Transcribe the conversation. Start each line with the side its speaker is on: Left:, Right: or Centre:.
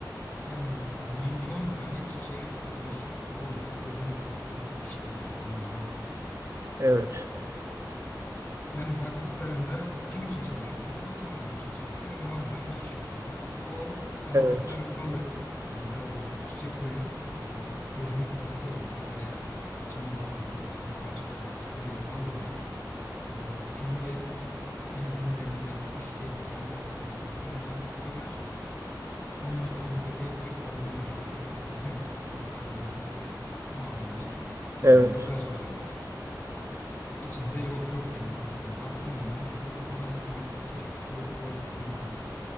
Left: yani milyon tane çiçeğe bulaşıp oradan özünü alıp getirip işliyorlar. Milyon tane yani.
Right: Evet.
Left: Yani baktıklarında kim için çalışıyor bunlar? İnsanoğlu için çalışıyor ve muazzam bir iş yapıyorlar. O aldıkları
Right: Evet.
Left: balı yani daha doğrusu çiçeklerin e, özünü topluyor bunlar veya çam balı gibi e, ağaçlardaki sıvıyı alıyorlar. E, kendi enzimlerinden işleyerek kimyasal bir reaksiyona tabi tutuyorlar. Ondan sonra onu peteğe koyup olgunlaştırıyorlar ve bizim istifademize muazzam bir
Right: Evet.
Left: e, gıda sunuyorlar. İçinde yok yok yani dostum. Baktığın zaman fru- ana maddesi fruktoz, glukoz.